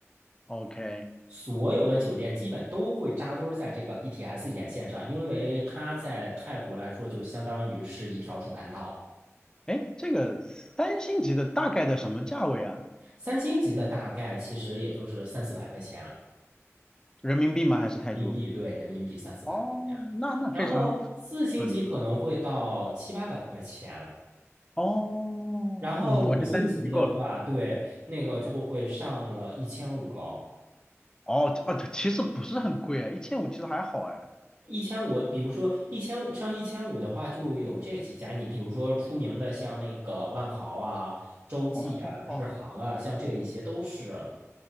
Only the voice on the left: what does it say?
，OK，
哎，这个三星级的大概在什么价位啊？
人民币吗？还是泰铢？
哦，那那非常
合理。哦，
嗯我觉得三星已经够了。
哦，这啊，这其实不是很贵啊，一千五其实还好哎。
哦，<laughs>